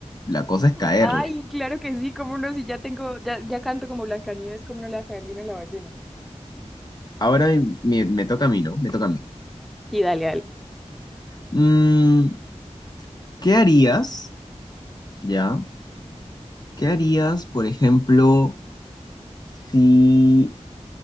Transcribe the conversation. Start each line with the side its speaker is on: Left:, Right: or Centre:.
Left: la cosa es caerle.
Centre: Ay, claro que sí, cómo no, si ya tengo, ya, ya canto como Blancanieves, cómo no le va a caer bien a la ballena.
Left: Ahora me, me toca a mí, ¿no? Me toca a mí.
Centre: Sí, dale, dale.
Left: Mm, ¿qué harías, ya? ¿Qué harías, por ejemplo, si